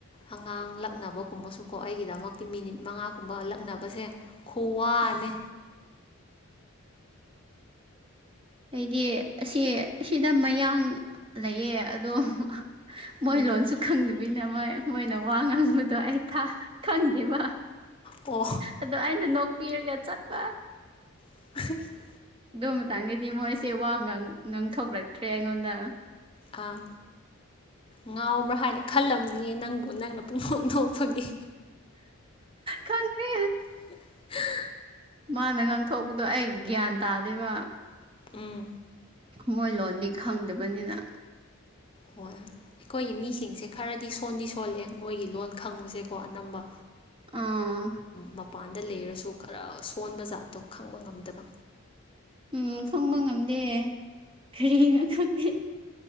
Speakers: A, on the left (about 25°); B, on the right (about 25°).
A: ꯑꯉꯥꯡ ꯂꯛꯅꯕꯒꯨꯝꯕꯁꯨꯀꯣ ꯑꯩꯒꯤꯗꯃꯛꯇꯤ ꯃꯤꯅꯤꯠ ꯃꯉꯥꯒꯨꯝꯕ ꯂꯛꯅꯕꯁꯦ ꯈꯨꯋꯥꯅꯦ
B: ꯎꯝ ꯑꯩꯗꯤ ꯑꯁꯤ ꯁꯤꯗ ꯃꯌꯥꯡ ꯂꯩꯌꯦ ꯑꯗꯣ ꯃꯣꯏ
A: ꯎꯝ
B: ꯂꯣꯟꯁꯨ ꯈꯪꯗꯕꯤꯅ ꯃꯣꯏ ꯃꯣꯏꯅ ꯋꯥ ꯉꯥꯡꯕꯗꯣ ꯑꯩ ꯊꯥ ꯈꯪꯗꯦꯕ
A: ꯑꯣ
B: ꯑꯗꯣ ꯑꯩꯅ ꯅꯣꯛꯄꯤꯔꯒ ꯆꯠꯄ
A: <unintelligible>
B: ꯑꯗꯨ ꯃꯇꯥꯡꯗꯗꯤ ꯃꯣꯏꯁꯦ ꯋꯥ ꯉꯥꯡ ꯉꯥꯡꯊꯣꯛꯔꯛꯇ꯭ꯔꯦ ꯑꯩꯉꯣꯟꯗ
A: ꯑꯥ ꯉꯥꯎꯕ꯭ꯔꯥ ꯍꯥꯏꯅ ꯈꯜꯂꯝꯅꯤꯌꯦ ꯅꯪꯕꯨ ꯅꯪꯅ ꯄꯨꯡꯅꯣꯛ ꯅꯣꯛꯄꯒꯤ
B: ꯈꯪꯗꯦ
A: <unintelligible>
B: ꯃꯥꯅ ꯉꯥꯡꯊꯣꯛꯄꯗꯣ ꯑꯩ ꯒ꯭ꯌꯥꯟ ꯇꯥꯗꯦꯕ
A: ꯎꯝ
B: ꯃꯣꯏ ꯂꯣꯟꯅꯤ ꯈꯪꯗꯕꯅꯤꯅ
A: ꯍꯣꯏ ꯑꯩꯈꯣꯏꯒꯤ ꯃꯤꯁꯤꯡꯁꯦ ꯈꯔꯗꯤ ꯁꯣꯟꯗꯤ ꯁꯣꯜꯂꯦ ꯃꯣꯏꯒꯤ ꯂꯣꯟ ꯈꯪꯕꯁꯦꯀꯣ ꯑꯅꯝꯕ
B: ꯑꯥ
A: ꯃꯄꯥꯟꯗ ꯂꯩꯔꯁꯨ ꯈꯔꯥ ꯁꯣꯟꯕ ꯖꯥꯠꯇꯣ ꯈꯪꯕ ꯉꯝꯗꯕ
B: ꯎꯝ ꯈꯪꯕ ꯉꯝꯗꯦ ꯀꯔꯤꯅꯣ ꯈꯪꯗꯦ